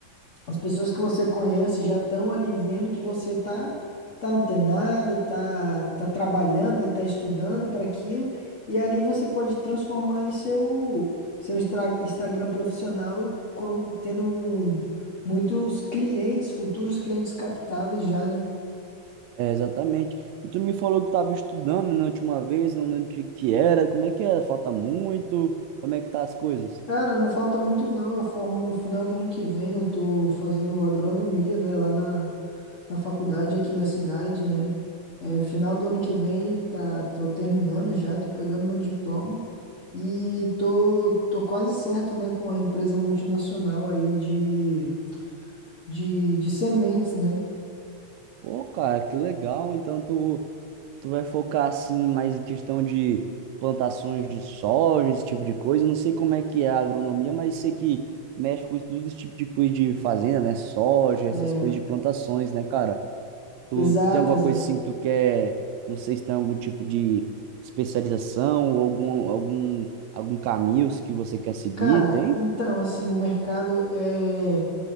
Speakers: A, on the left; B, on the right.
A: as pessoas que você conhece já estão ali vendo que você tá tá antenado, tá tá trabalhando, né, tá estudando para aquilo, e ali você pode transformar em seu seu extra- Instagram profissional com- tendo um- muitos clientes, futuros clientes captados já, né?
B: É, exatamente. E tu me falou que estava estudando né, na última vez, não lembro o que que era, como é que é? Falta muito? Como é que tá as coisas?
A: Cara, não falta muito não. Eu formo no final do ano que vem, eu tô fazendo agronomia, né, lá na na faculdade aqui da cidade, né? É, final do ano que vem, tá, tô terminando já, tô pegando meu diploma e tô, tô quase certo, né, com a empresa multinacional aí de, de, de sementes, né?
B: Pô, cara, que legal. Então tu, tu vai focar assim mais em questão de plantações de soja, esse tipo de coisa. Eu não sei como é que é a agronomia, mas sei que mexe com tudo esse tipo de coisa de fazenda, né? Soja, essas
A: É,
B: coisas de plantações, né, cara? Tu
A: exato,
B: tem alguma
A: exato.
B: coisa assim que tu quer, não sei se tem algum tipo de especialização ou algum, algum, algum caminho que você quer seguir,
A: Cara,
B: tem?
A: então, assim, o mercado é